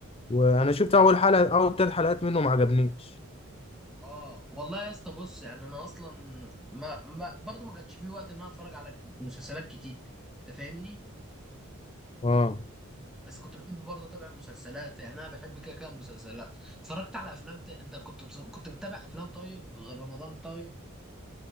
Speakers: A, on the left; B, in the centre.
A: وانا شفت اول حلقة اول ثلاث حلقات منه ما عجبنيش
B: اه والله يا اسطى بص يعني انا اصلا ما, ما برضه ما كانش في وقت ان انا اتفرج على مسلسلات كتير انت فاهمني
A: اه
B: بس كنت بحب برضه اتابع المسلسلات يعني انا بحب كده كده المسلسلات اتفرجت على افلام ت... انت كنت بت... كنت بتتابع افلام طيب غير رمضان طيب